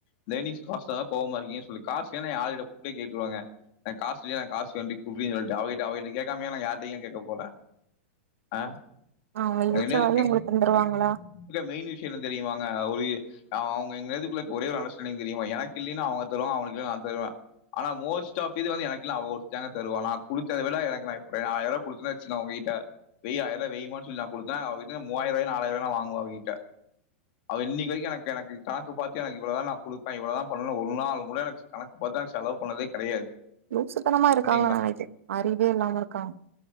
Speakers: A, on the left; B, on the right.
A: இந்த ஏனிங்ஸ் காச கோவமா இருக்கீங்கன்னு சொல்லி காசுன்னா என்ன யாருகிட்டயும் போயிட்டு கேட்டுருவாங்க நா காசு வேணு காசு வேணு குடுறி அவகிட்ட அவகிட்ட கேக்காமயா நாங்க யார்டையும் கேக்க போறேன் ஆ
B: அவங்க
A: <unintelligible>
B: இழுச்ச வாயு உங்களுக்கு தந்துருவாங்களா
A: மெயின் விஷயம் என்ன தெரி அவுங்க ஒரு அவுங்க <unintelligible> ஒரே ஒரு அண்டர்ஸ்டாண்டிங் தெரியுமா எனக்கு இல்லைன்னா அவுங்க தருவாங்க அவங்களுக்கு இல்லன்னா நா தருவேன் ஆனா மோஸ்ட் ஆப் இது வந்து எனக் அவ ஒருத்திதாங்க தருவா நா குடுத்தத விட எனக் ஆயிர ரூவா குடுத்தே வச்சுகோ அவங்கிட்ட வை ஆயிர ரூவா வை மா சொல்லி நா குடுத்தா அவகிட்ட மூவாயிர ரூவா நாலாயிர ரூவா நா வாங்குவன் அவகிட்ட அவ இன்னைக்கு வரைக்கும் எனக்கு எனக்கு கணக்கு பாத்து இவ்ளோ தா நா குடுப்பேன் இவ்ளோ தா பண்ணுவேன் ஒரு நாள் கூட எனக்கு கணக்கு பாத்து செலவு பண்ணுனதே கிடையாது
B: லுசுத்தனமா இருக்காங்க
A: சரிங்களா
B: நெனைக்கேன் அறிவே இல்லாம <unintelligible>